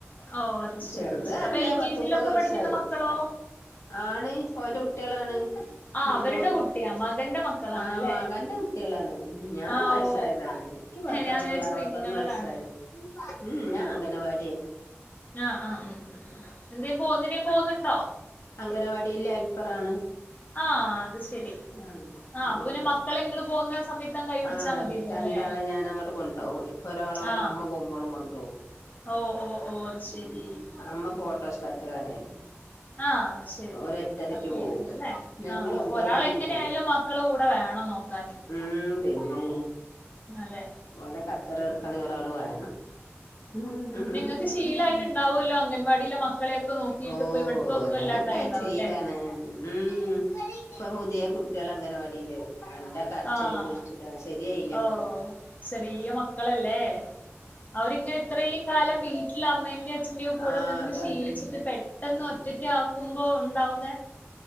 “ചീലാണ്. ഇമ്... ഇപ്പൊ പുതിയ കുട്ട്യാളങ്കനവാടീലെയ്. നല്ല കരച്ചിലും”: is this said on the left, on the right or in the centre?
Left